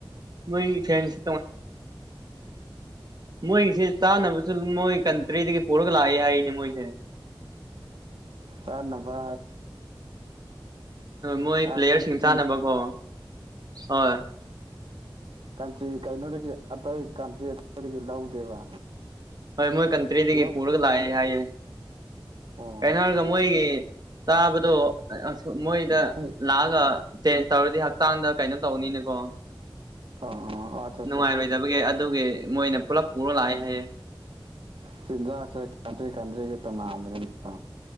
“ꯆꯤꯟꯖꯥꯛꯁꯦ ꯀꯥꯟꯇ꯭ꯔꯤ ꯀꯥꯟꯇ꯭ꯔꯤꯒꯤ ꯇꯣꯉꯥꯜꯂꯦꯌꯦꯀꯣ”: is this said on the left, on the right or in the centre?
Right